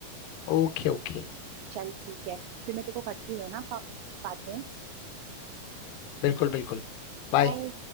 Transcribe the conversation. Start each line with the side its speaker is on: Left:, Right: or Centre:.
Left: ओके ओके
Right: चल ठीक है फिर मैं तेरे को करती हूँ है ना का- बातें
Left: बिल्कुल बिल्कुल बाय
Right: बाय